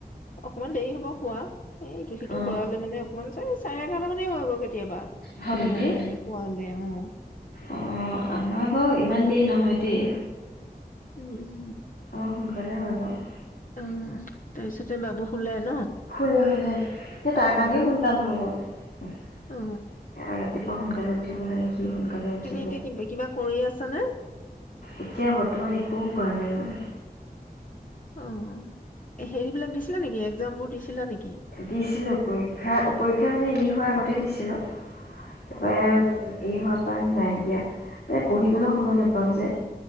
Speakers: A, on the left; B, on the left.
A: অকণমান দেৰি হ'ব খোৱা সেই ইটো সিটো
B: অ
A: কৰালে মানে অকমান চাৰে চাৰে এঘাৰটা মানে হৈ গৈ কেতিয়াবা
B: হয় নেকি
A: অ মানে খোৱালে উম
B: অ আমাৰ বাৰু ইমান দেৰি নহয় দেই
A: উম উম
B: অহ সোনকালে হয় বাৰু
A: উম তাৰ পিছতে বাবু শুলে ন
B: শুলে শুলে হে তাৰ
A: উম
B: কাৰণেই সোনকাল হ'ব বাৰু <unintelligible>
A: অ
B: পুৱা সোনকালে উঠিব লাগে। সোনকালে উঠো
A: তুমি এতিয়া
B: যে,
A: কিবা কিবা কৰি আছানে
B: এতিয়া বৰ্তমান একো কৰা নাই মই।
A: অঁ, হেৰিবিলাক দিছিলা নেকি এক্জাম বোৰ দিছিলা নি।
B: দিছিলোঁ পৰীক্ষা-পৰীক্ষা মানে ই হোৱাৰ আগতে দিছিলোঁ তাৰপৰা
A: অ অ
B: ই হোৱা নাই দিয়া, মানে পঢ়িবলৈ সময় নাপাওঁ যে।